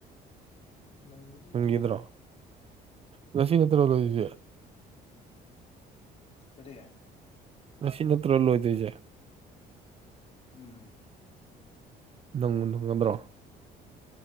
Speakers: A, on the left; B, on the right.
A: ꯅꯪꯕꯨꯗꯤ
B: ꯅꯪꯒꯤꯗ꯭ꯔꯣ
A: ꯌꯥꯏꯗꯦ
B: ꯉꯁꯤ ꯅꯠꯇꯔꯣ ꯂꯣꯏꯗꯨꯏꯁꯦ
A: ꯀꯔꯤ
B: ꯉꯁꯤ ꯅꯠꯇ꯭ꯔ ꯂꯣꯏꯗꯣꯏꯁꯦ
A: ꯎꯝ
B: ꯅꯪ ꯅꯨꯡꯉꯗ꯭ꯔꯣ